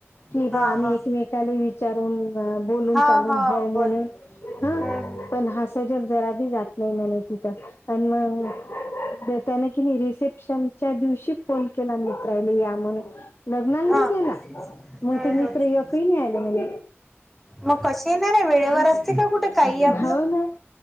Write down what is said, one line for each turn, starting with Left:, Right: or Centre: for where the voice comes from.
Left: कि‌ ब
Centre: हा
Left: आम्ही
Centre: हा
Left: एकमेकाला विचारून बोलून
Centre: हा
Left: चालून
Centre: हा
Left: हऊ म्हणून.
Centre: बर हम्म
Left: हा
Centre: हम्म
Left: पण हास सजेब जरा बी जात नाही म्हणे तिथं आन मग देत्याने की मी रिसेप्शनच्या दिवशी. फोन केला मित्रायले या म्हणून लग्नाला नाही
Centre: हा
Left: गेला
Centre: हम्म
Left: म ते मित्र
Centre: हम्म
Left: यक ही नाही आले म्हणे.
Centre: मग कसे येणार आहे वेळेवर असते का कुठे काही आपलं.
Left: हो ना